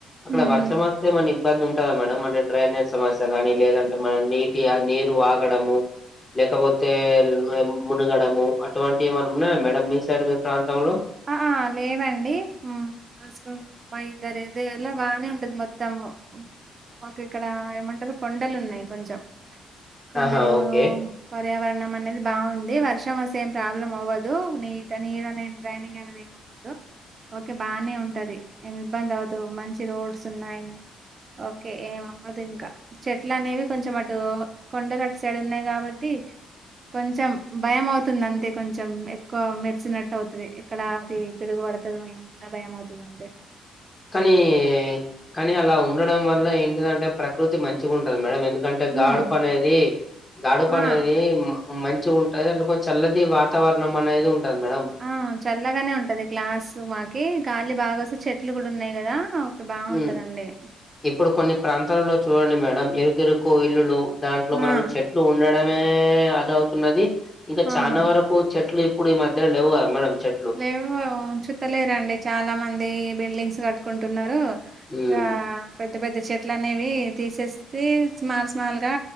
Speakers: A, on the left; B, on the right.
A: అక్కడ
B: హ్మ్
A: వర్షం వస్తే మరీ ఇబ్బంది ఉంటంది ఉంటద మేడం అంటే డ్రైనేజ్ సమస్య కాని లేదంటే మనం నీటిగా నీరు వాగడము లేకపోతే లే మునుగడము అటువంటివి ఏమన్నా ఉన్నాయా మేడం మీ సైడ్ మీ ప్రాంతంలో
B: ఆ లేవండి మాస్క మైదర ఇద ఎలా బాగానే ఉంటది మత్తము మాకు ఇక్కడ ఏమంటారు కొండలు ఉన్నాయి కొంచెం కొండలు
A: ఆహా ఓకే
B: పర్యావరణం అనేది బాగుంది వర్షం వస్తే యేం ప్రాబ్లం అవ్వదు నీటి నీరు అనేది ట్రైనింగ్ అనేదే ఏవద్దు ఓకే బానే ఉంటది ఏమి ఇబ్బంది అవదు మంచి రోడ్స్ ఉన్నాయి ఓకే ఏం ఆవదు ఇంకా చెట్ల అనేవి కొంచెం అటు కొండలు అటు సైడు ఉన్నాయి కాబట్టి కొంచెం భయం అవుతుంది అంతే కొంచెం ఎక్కువ మెరిసినట్టు అవుతు ఎక్కడ అది పిడుగు పడుతుంది ఏమంట భయం అవుతుంది అంతే
A: కానీ కానీ అలా ఉండడం వల్ల ఏంటిదంటే ప్రకృతి మంచిగా ఉంటది మేడం ఎందుకు ఎందుకంటే
B: హ్మ్.
A: గాడుపు అనేది గడుపు
B: ఆ!
A: అనేది మ మంచి ఉంటుంది అంటే చల్లది వాతావరణం అనేది ఉంటది మేడమ్
B: ఆ చల్లగానే ఉంటది గ్లాసు మాకి గాలి బాగా వస్తే చెట్లు కూడా ఉన్నాయి కదా ఆ బాగుంటదండి
A: మ్ ఇప్పుడు కొన్ని ప్రాంతాలల్లో చూడండి మేడం ఎరుకెరుకు ఇల్లులు దాంట్లో
B: ఆ!
A: మనకు చె ఉండడమే అద అవుతున్నది ఇంకా
B: అవును.
A: చానా వరకు చెట్లీ పొడి మధ్య లేవుగా మేడం చె
B: లేవు ఉచుతలేరండి చాలా మంది బిల్డింగ్స్ కట్టుకుంటున్నారు
A: మ్
B: ఇక పెద్ద పెద్ద చెట్లు అనేవి తీసేస్త స్మాల్ స్మాల్ గా